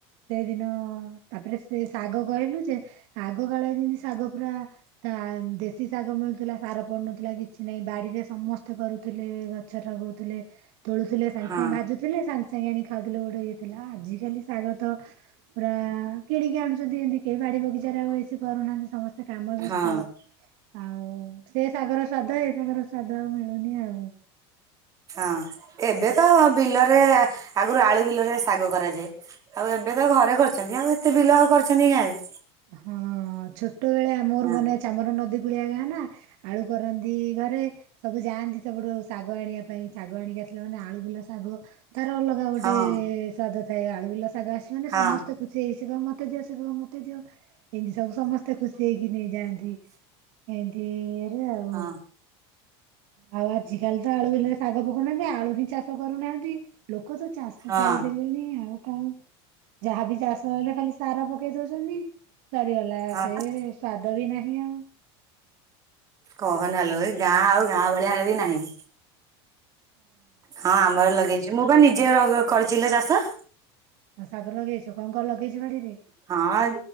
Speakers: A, on the right (about 60°); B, on the right (about 25°).
A: ସେଦିନ ତାପରେସେ ସେ ଶାଗ କହିଲୁ ଯେ ଆଗ କାଳ ଯେମିତିସା ଶାଗ ପୁରା ତା ଦେଶୀ ଶାଗ ମିଳୁଥିଲା ସାର ପଡୁନଥିଲା କିଛି ନାହିଁ ବାଡିରେ ସମସ୍ତେ କରୁ ଥିଲେ ଗଛ ଲଗଉଥିଲେ ତୋଳୁଥିଲେ ସାଙ୍ଗେ
B: ହଁ
A: ସାଙ୍ଗେ ଭାଜୁଥିଲେ ସାଙ୍ଗ ସାଙ୍ଗେ ଆଣି ଖାଉଥିଲେ ଗୋଟେ ଇଏ ଥିଲା ଆଜିିକାଲି ଶାଗ ତ ପୁରା କିଣିକି ଆଣୁଛନ୍ତି ଏମିତି କି ବାଡ଼ି ବଗିଚାରେ ଆଉ ବେଶୀ କରୁନାହାନ୍ତି। ସମସ୍ତେ କାମ ବ୍ୟସ୍ତ
B: ହଁ
A: ଆଉ ସେ ଶାଗର ସ୍ୱାଦ ଏ ଶାଗର ସ୍ୱାଦ ଆଉ ମିଳୁନି ଆଉ।
B: ହଁ ଏବେ ତ ବିଲରେ ଆଗରୁ ଆଳୁ ବିଲରେ ଶାଗ କରାଯାଏ ଆଉ ଏ ଏବେ ତ ଘରେ କରୁଛନ୍ତି ଆଉ ଏତେ ବିଲ ଆଉ କରୁଛନ୍ତି କି ଗାଁରେ
A: ହଁ ଛୋଟବେଳେ ଆମ ମୋର
B: ହଁ
A: ମାନେ ଅଛି ଆମର ନଦୀ କୁଳିଆ ଗାଁ ନା ଆଳୁ କରନ୍ତି ଘରେ ସବୁ ଯାଆନ୍ତି ସେପଟୁ ଶାଗ ଆଣିବା ପାଇଁ ଶାଗ ଆଣିକି ମାନେ ଆଳୁ ବିଲ ଶାଗ ତାର ଅଲଗା ଗୋଟେ
B: ହଁ
A: ସ୍ଵାଦ ଥାଏ ଆଳୁ ବିଲ ଶାଗ ଆସିବ ମାନେ
B: ହଁ
A: ସମସ୍ତେ ଖୁସି ହେଇ ସେ କହିବ ମତେ ଦିଅ ସେ କହିବ ମତେ ଦିଅ ଏମତି ସବୁ ସମସ୍ତେ ଖୁସି ହେଇକି ନେଇଯାଆନ୍ତି ଏମ ରେ ଆଉ
B: ହଁ
A: ଆଉ ଆଜିକାଲି ତ ଆଳୁ ବିଲରେ ଶାଗ ପକଉନାହାନ୍ତି ଆଳୁ ହିଁ ଚାଷ କରୁନାହାନ୍ତି ଲୋ ଲୋକ ତ ଚାଷ
B: ହଁ
A: ଛାଡ଼ିଦେଲେଣି ଆଉ। କାଇଁ ଯାହାବି ଚାଷ ହେଲେ ଖାଲି ସାର ପକେଇ ଦଉଛନ୍ତି। ସରିଗଲା
B: ହଁ
A: ସେ
B: ବା
A: ସ୍ଵାଦ ବି ନାହିଁ ଆଉ
B: କହନାଲେ ଏ ଗାଁ ଆଉ ଗାଁ ଭଳିଆ ହେଇ ନାହିଁ। ହଁ ଆମର ଲଗେଇଛୁ ମୁଁ ବା ନିଜେ କରିଛି ଲୋ ଚାଷ।
A: ଆଉ ଶାଗ ଲଗେଇଛୁ କଣ କଣ ଲଗେଇଛୁ ବାଡିରେ
B: ହଁ